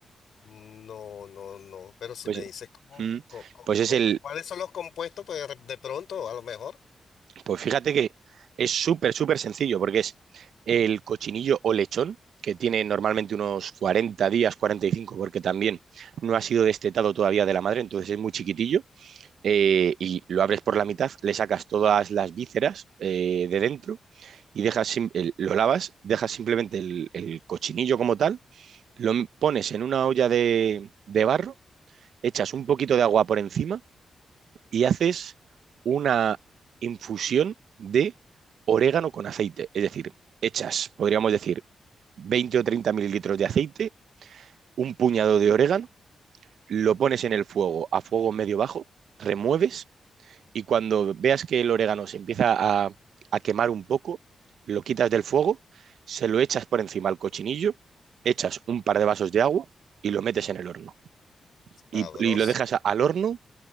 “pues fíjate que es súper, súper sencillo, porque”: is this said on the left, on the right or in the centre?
Right